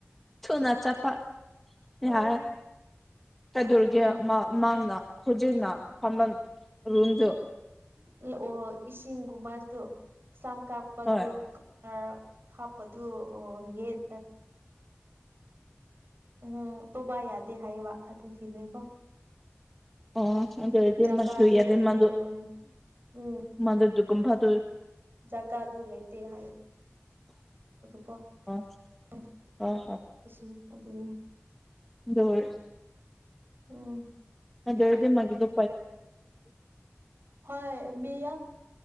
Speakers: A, in the centre; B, on the right.
A: ꯁꯨꯅꯥ ꯆꯥ ꯄ ꯌꯥ
B: ꯍꯣꯏ
A: ꯆꯗꯨꯔꯒꯤ
B: ꯍꯣꯏ
A: ꯃꯥꯅ ꯍꯧꯖꯤꯛꯅ ꯐꯝꯝꯕ ꯔꯨꯝꯗꯨ
B: ꯑꯣ ꯏꯁꯤꯡꯒꯨꯝꯕꯗ ꯁꯝ ꯀꯥꯞꯄꯗ
A: ꯍꯣꯏ
B: ꯔ ꯍꯥꯞꯄꯗꯨ ꯑꯣ ꯌꯦꯠ ꯎꯝ ꯇꯣꯕꯥ ꯌꯥꯗꯦ ꯍꯥꯏꯌꯦꯕ ꯑꯗꯨꯒꯤꯅꯦꯀꯣ
A: ꯑꯣ ꯑꯗꯗꯤ
B: ꯖꯒꯥꯗꯨ
A: ꯃꯁꯨꯨꯏ ꯌꯥꯗ
B: ꯂꯩꯇꯦ
A: ꯃꯗꯨ
B: ꯍꯣꯏ ꯍꯣꯏ ꯎꯝ
A: ꯃꯗꯨꯗꯨꯒꯨꯝ ꯐꯥꯗꯨ
B: ꯖꯒꯥꯗꯨ ꯂꯩꯇ ꯍꯥꯏ ꯀꯣ
A: ꯑꯣ
B: ꯎꯝ
A: ꯍꯣꯏ
B: ꯁꯤꯅꯤ ꯑꯗꯨꯒꯤꯅꯦ
A: ꯍꯣꯏ
B: ꯎꯝ
A: ꯑꯗꯔꯗꯤ ꯃꯥꯒꯤ ꯂ
B: ꯍꯣꯏ ꯃ